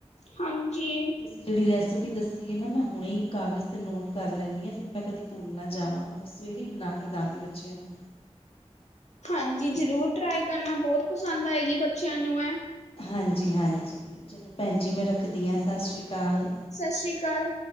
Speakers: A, on the left (about 75°); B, on the left (about 55°).
A: ਹਾਂਜੀ,
B: ਤੁਸੀਂ ਜੇੜੀ ਰੈਸਪੀ ਦੱਸੀ ਏ ਨਾ, ਮੈਂ ਹੁਣੇ ਈ ਕਾਗਜ਼ ਤੇ ਨੋਟ ਕਰ ਲੈਂਨੀ ਆਂ ਫੇਰ ਮੈਂ ਕਦੀ ਭੁੱਲ ਨਾ ਜਾਵਾਂ। ਸਵੇਰੇ ਹੀ ਬਣਾ ਕੇ ਦਾਂਗੀ ਬੱਚਿਆਂ ਨੂੰ।
A: ਹਾਂਜੀ ਜ਼ਰੂਰ ਟਰਾਈ ਕਰਨਾ ਬਹੁਤ ਪਸੰਦ ਆਏਗੀ ਬੱਚਿਆਂ ਨੂੰ ਇਹ।
B: ਹਾਂਜੀ-ਹਾਂਜੀ ਚਲੋ ਭੈਣ ਜੀ ਮੈਂ ਰੱਖਦੀ ਹਾਂ ਸਤਿ ਸ਼੍ਰੀ ਅਕਾਲ।
A: ਸਤਿ ਸ੍ਰੀ ਅਕਾਲ।